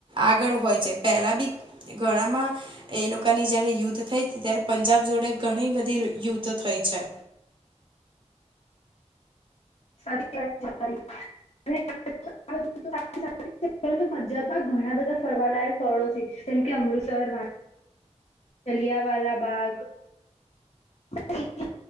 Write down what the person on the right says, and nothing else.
આગળ હોય છે પહેલા બી ઘણામાં એ લોકોની જયારે યુદ્ધ થઈ ત્યારે પંજાબ જોડે ઘણી બધી યુદ્ધ થઈ છે.